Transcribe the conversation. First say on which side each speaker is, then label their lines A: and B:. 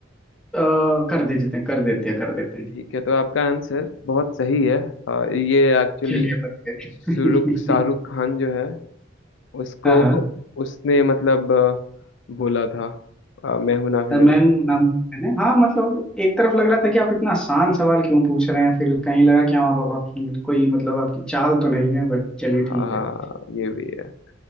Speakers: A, in the centre; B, on the left (about 65°).
A: अ, कर दीजिए कर देते हैं कर देते हैं
B: ठीक है तो आपका आंसर बहुत सही है अ, ये एक्चुअली
A: चलिए बच गए
B: शाहरुख शाहरुख खान जो है उसको
A: <laughs> हाँ हाँ
B: उसने मतलब अ, बोला था अ, मैं हूं ना फिल्म
A: अ, मैं हूँ नाम मैंने हाँ मतलब एक तरफ लग रहा था कि आप इतना आसान सवाल क्यों पूछ रहे हैं फिर कहीं लगा कि हम आप, आपकी कोई मतलब आपकी चाल तो नहीं है बट चलिए ठीक
B: हाँ
A: है
B: ये भी है